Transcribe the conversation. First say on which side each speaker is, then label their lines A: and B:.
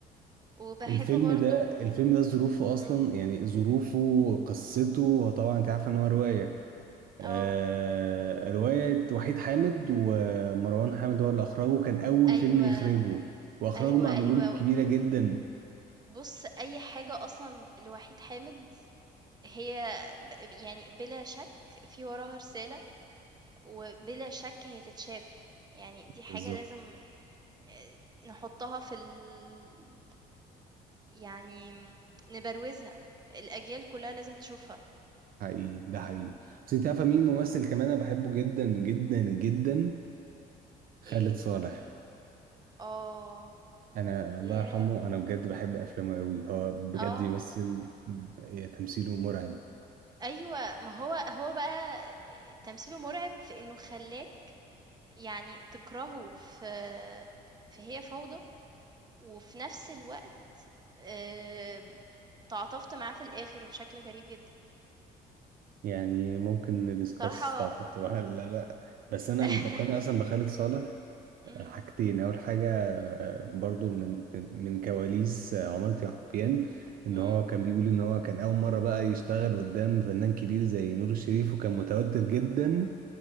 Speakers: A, on the right; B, on the right.
A: وباحب
B: الفيلم
A: برضه
B: ده الفيلم ده ظروفه اصلا
A: إمم،
B: يعني ظروفه قصته هو طبعا انت عارفه ان هو روايه آه
A: آه،
B: روايه وحيد حامد ومروان حامد هو اللي اخرجه كان اول
A: أيوه،
B: فيلم يخرجه واخرجه
A: أيوه،
B: مع نجوم
A: أيوه،
B: كبيره جدا
A: بُص أي حاجة أصلًا لوحيد حامد هي ب يعني بلا شك في وراها رسالة، وبلا شك هي تتشاف، يعني دي حاجة
B: بالظبط
A: لازم آآ، نحطها في ال يعني نبروزها، الأجيال كلها لازم تشوفها.
B: حقيقي ده حقيقي بس انت عارفه مين ممثل كمان انا بحبه جدا جدا جدا خالد
A: إيه؟
B: صالح
A: آه،
B: انا
A: ياه!
B: الله يرحمه انا بجد بحب افلامه قوي هو بجد
A: آه،
B: يمثل تمثيله مرعب
A: أيوه، ما هو هو بقى تمثيله مرعب في إنه خلّاك يعني تكرهه في في هي فوضى، وفي نفس الوقت آمم، تعاطفت معاه في الآخر بشكل غريب جدًا.
B: يعني ممكن ندiscuss
A: بصراحة
B: طبعا طبعا <laughs> لا لا بس انا
A: <laughs>
B: اللي فكرني اصلا بخالد صالح
A: إمم،
B: حاجتين اول حاجه آه،
A: إمم،
B: برضو من من كواليس آه، عمارة يعقوبيان ان
A: إمم،
B: هو كان بيقول ان هو كان اول مره بقى يشتغل قدام فنان كبير زي نور الشريف وكان متوتر جدا